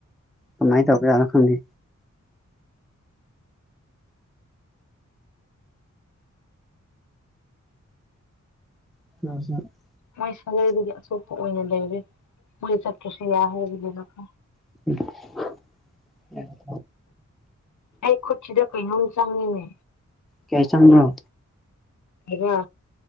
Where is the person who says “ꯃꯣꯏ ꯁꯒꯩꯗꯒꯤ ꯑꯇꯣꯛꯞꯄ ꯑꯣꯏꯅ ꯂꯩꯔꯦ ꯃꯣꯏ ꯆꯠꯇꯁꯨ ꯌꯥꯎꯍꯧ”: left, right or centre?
Left